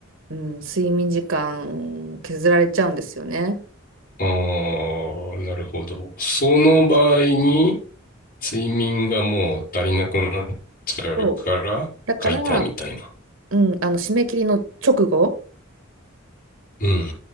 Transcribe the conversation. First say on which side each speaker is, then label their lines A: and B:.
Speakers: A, on the right; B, on the left.
A: うん、睡眠時間削られちゃうんですよね。
B: ああ、なるほど。その場合に、睡眠がもう足りなくなっちゃうから買いたいみたいな。
A: そうだからうん、あの締め切りの直後、
B: うんうん。